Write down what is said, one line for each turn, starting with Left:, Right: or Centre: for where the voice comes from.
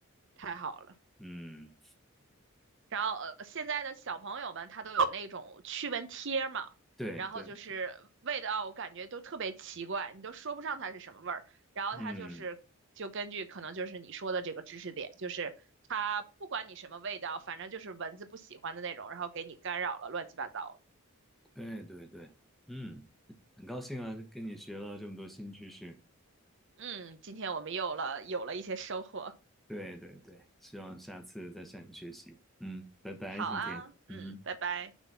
Right: 太好了。
Centre: 嗯，
Right: 然后呃，现在的小朋友们他都有那种驱蚊贴嘛，
Centre: 对对对。
Right: 然后就是味道我感觉都特别奇怪，你都说不上它是什么味儿。然后它就是就根据可能就是你说的这个知识点，
Centre: 嗯，
Right: 就是它不管你什么味道，反正就是蚊子不喜欢的那种，然后给你干扰了，乱七八糟的
Centre: 对对对，嗯，很高兴啊，跟你学了这么多新知识。
Right: 嗯，今天我们又了有了一些收获。
Centre: 对对对，希望下次再向你学习。嗯，拜拜，
Right: 好啊，
Centre: 今天。
Right: 嗯，
Centre: 嗯哼。
Right: 拜拜。